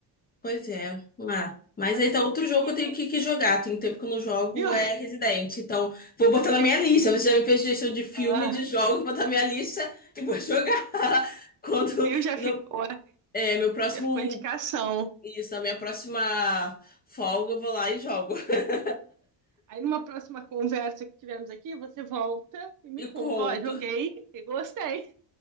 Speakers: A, on the left (about 20°); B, on the right (about 50°).
A: Pois é. Ah, mas
B: Mas
A: então,
B: enfim,
A: outro jogo que
B: eu-
A: eu tenho que, que jogar. Tem um tempo que eu não jogo
B: viu?
A: é Resident. Então, vou botar
B: <laughs> Fica-
A: na minha lista. Você já me fez sugestão de filme,
B: ah,
A: de jogo, vou botar na minha lista e vou jogar. <laughs> Quando
B: viu? Já
A: no,
B: ficou,
A: é, meu próximo.
B: já ficou indicação.
A: Isso, na minha próxima folga, eu vou lá e jogo. <laughs>
B: Aí numa próxima conversa que tivermos aqui, você volta e me
A: E
B: conta,
A: conto.
B: ó, joguei e gostei.